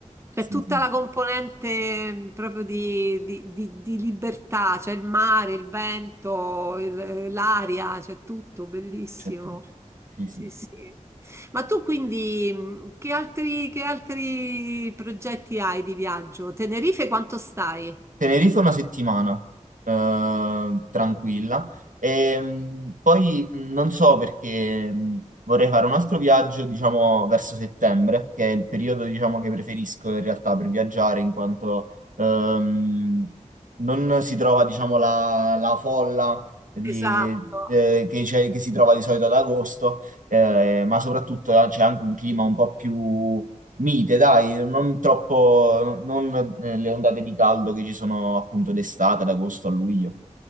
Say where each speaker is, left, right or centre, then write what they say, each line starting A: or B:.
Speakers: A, on the right; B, on the right.
A: c'è
B: sì,
A: tutta
B: sì,
A: la componente mh, proprio di, di- di- di libertà, c'è il mare, il vento, il- eh, l'aria, c'è tutto, bellissimo.
B: certo, sì,
A: Sì,
B: sì.
A: sì. Ma tu quindi mh, che altri, che altri progetti hai di viaggio? Tenerife quanto stai?
B: Tenerife una settimana, eh, tranquilla. E, mh, poi mh, non so perché mh, vorrei fare un altro viaggio, diciamo, verso settembre, che è il periodo, diciamo, che preferisco in realtà per viaggiare, in quanto ehm, non si trova, diciamo, la, la folla di-
A: Esatto.
B: eh, che, c'è- che si trova di solito ad agosto, eh, ma soprattutto eh, c'è anche un clima un po' più Mite, dai, non troppo, non eh, le ondate di caldo che ci sono appunto d'estate, ad agosto a luglio.